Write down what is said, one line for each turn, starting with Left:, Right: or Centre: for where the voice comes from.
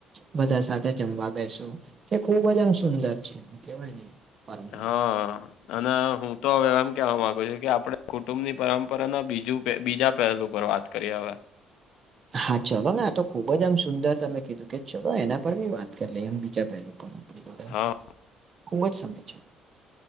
Right: બધા સાથે જમવા બેસો. કે ખુબ જ આમ સુંદર છે કેવાય ને. પરંપરા
Left: હા. અને હું તો હવે એમ કેવા માંગુ છું કે આપડે કુટુંબ ની પરંપરા ના બીજ બીજા પહેલુ પર વાત કરીએ હવે.
Right: હા ચલો ને આ તો ખુબ જ આમ સુંદર તમે કીધું કે ચલો એના પર બી વાત કરી લઈ એમ બીજા પેલું.
Left: હા,
Right: ખૂબ જ સમય છે.